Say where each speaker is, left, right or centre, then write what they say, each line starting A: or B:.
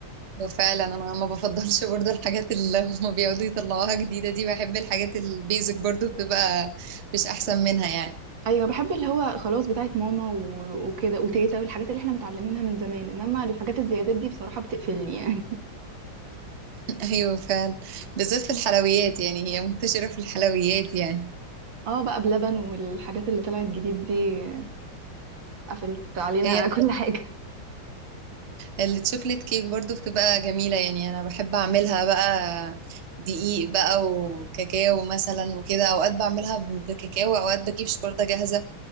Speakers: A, on the right (about 45°); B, on the right (about 70°).
A: هو فعلا انا ما بفضلش برضو الحاجات اللي هما بيقعدوا يطلعوها جديدة دي بحب الحاجات البيزك برضو بتبقى مش احسن منها يعني
B: ايوه بحب اللي هو خلاص بتاعت ماما و- وكده وتيتا والحاجات اللي احنا متعلمينها من زمان انما الحاجات الزيادات دي بصراحه بتقفلني يعني
A: <laughs> ايوه فعلا بالذات في الحلويات يعني هي منتشرة في الحلويات يعني
B: <laughs> اه بقى بلبن والحاجات اللي طلعت جديد دي قفلت علينا
A: هي
B: <laughs> كل حاجه
A: التشوكلت كيك برضو بتبقى جميلة يعني أنا بحب أعملها بقى دقيق بقى وكاكاو مثلا وكده أوقات بعملها بكاكاو أوقات بجيب شوكولاتة جاهزة